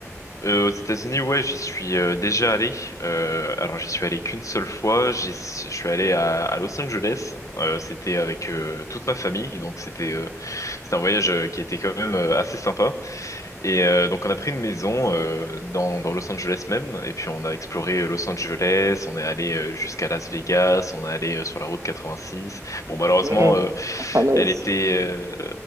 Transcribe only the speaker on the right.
Mhm.
La fameuse.